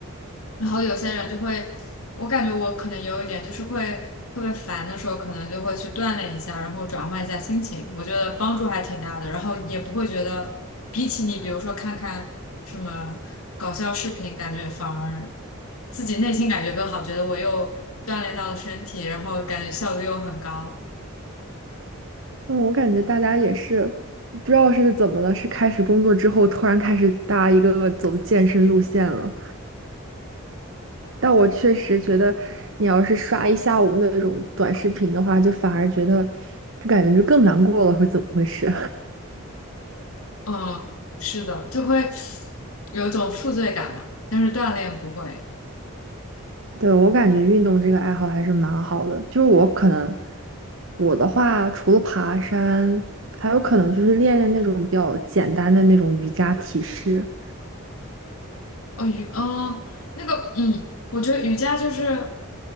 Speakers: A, on the left; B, on the right.
A: 然后有些人就会，我感觉我可能有一点，就是会特别烦的时候，可能就会去锻炼一下，然后转换一下心情，我觉得帮助还挺大的。然后也不会觉得，比起你比如说看看什么搞笑视频，感觉反而自己内心感觉更好，觉得我又锻炼到了身体，然后感觉效率又很高。
B: 嗯，我感觉大家也是不知道是怎么了，是开始工作之后突然开始大家一个个走健身路线了。但我确实觉得，你要是刷一下午那种短视频的话，就反而觉得就感觉就更难过了，是怎么回事？
A: 嗯，是的，就会有一种负罪感嘛，但是锻炼不会。
B: <laughs> 对，我感觉运动这个爱好还是蛮好的，就是我可能我的话，除了爬山，还有可能就是练练那种比较简单的那种瑜伽体式。
A: 哦，瑜，嗯，那个，嗯，我觉得瑜伽就是，